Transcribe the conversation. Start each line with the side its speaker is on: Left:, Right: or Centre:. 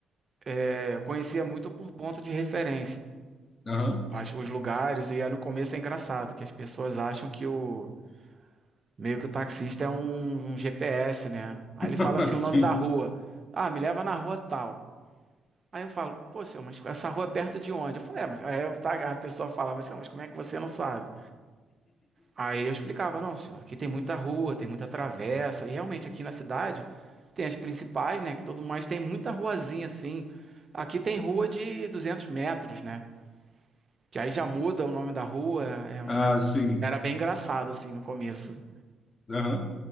Right: é, Eu conhecia muito por ponto de referência.
Left: Aham.
Right: As- Os lugares, e aí no começo é engraçado que as pessoas acham que o Meio que o taxista é um, um GPS, né? Aí
Left: <laughs>
Right: ele fala assim,
Left: Sim.
Right: o nome da rua. Ah, me leva na rua tal. Aí eu falo, pô, senhor, mas essa rua é perto de onde? Eu falei, é, mas... Aí eu ta- a pessoa falava assim, "Ah, mas como é que você não sabe? Aí eu explicava, não, senhor, aqui tem muita rua, tem muita travessa. E realmente aqui na cidade tem as principais, né? Que todo mais tem muita ruazinha assim. Aqui tem rua de 200 metros, né? Que aí já muda o nome da rua. é-
Left: Ah,
Right: é-
Left: sim.
Right: Era bem engraçado, assim, no começo.
Left: Aham.